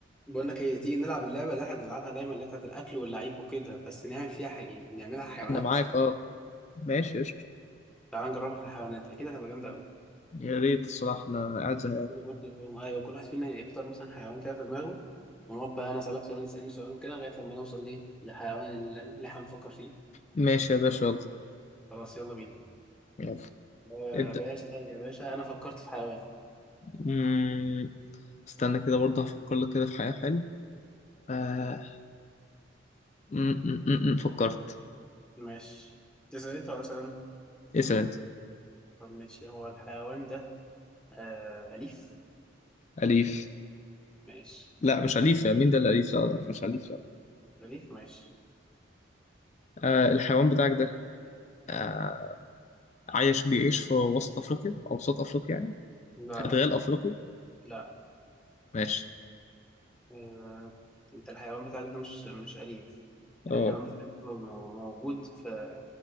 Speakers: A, in the centre; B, on the left.
A: بقول لك ايه تيجي نلعب اللعبه اللي احنا بنلعبها دايما اللي هي بتاعت الاكل واللعيب وكده بس نعمل فيها حقيقي نعملها حيوانات
B: انا معاك اه ماشي قشطة
A: تعال نجربها في الحيوانات اكيد هتبقى جامده قوي
B: يا ريت الصراحة انا قاعد زهقان
A: برضه ايوه كل واحد فينا يختار مثلا حيوان كده في دماغه ونقعد بقى انا اسالك سؤال وأنت تسالني سؤال وكده لغايه لما نوصل ليه للحيوان اللي احنا بنفكر فيه
B: ماشي يا باشا يلا
A: خلاص يلا بينا
B: يلا
A: آه
B: ابدأ
A: باشا طيب يا باشا انا فكرت في حيوان
B: مم. استنى كده برضه هفكر لك كده في حاجة حلوة آه. مم، مم، مم، مم، فكرت
A: ماشي تسال انت ولا اسال انا
B: اسأل انت
A: طب ماشي هو الحيوان ده آه اليف
B: أليف
A: ماشي
B: لا مش أليف يا مين ده اللي أليف لا لا، مش أليف لا
A: اليف ماشي
B: آه الحيوان بتاعك ده آه عايش بيعيش في وسط أفريقيا أو وسط أفريقيا يعني
A: لا
B: أدغال
A: لا
B: أفريقي
A: لا
B: ماشي
A: آه، انت الحيوان بتاعك ده مش مش أليف الحيوان
B: اه
A: بتاعك ده مو- موجود في